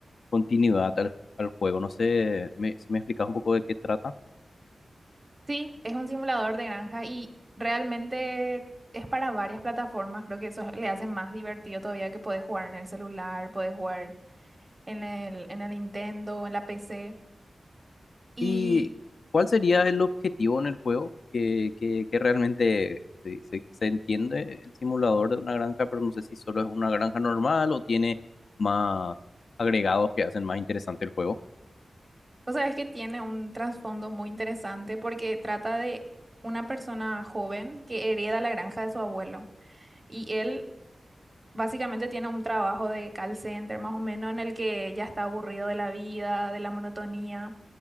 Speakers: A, on the left (about 75°); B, on the right (about 25°).
A: continuidad al, al juego. No sé me- si me explicas un poco de qué trata.
B: Sí, es un simulador de granja y realmente es para varias plataformas. Creo que eso le hace más divertido todavía que podés jugar en el celular, podés jugar en el, en el Nintendo, en la PC. Y,
A: ¿Y cuál sería el objetivo en el juego? Que, que, que realmente se, se- se entiende el simulador de una granja, pero no sé si solo es una granja normal o tiene más agregados que hacen más interesante el juego.
B: o sea, es que tiene un trasfondo muy interesante porque trata de una persona joven que hereda la granja de su abuelo. Y él Básicamente tiene un trabajo de call center, más o menos, en el que ya está aburrido de la vida, de la monotonía.